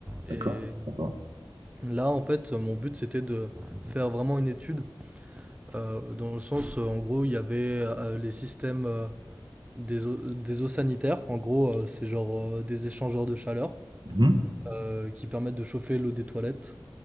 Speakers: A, on the right; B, on the right.
A: D'accord.
B: et
A: Sympa.
B: là, en fait, mon but, c'était de faire vraiment une étude, heu, dans le sens, heu, en gros, il y avait, heu, les systèmes, heu, des eaux des eaux sanitaires. En gros, heu, c'est genre, heu, des échangeurs de chaleur,
A: Mhm.
B: heu, qui permettent de chauffer l'eau des toilettes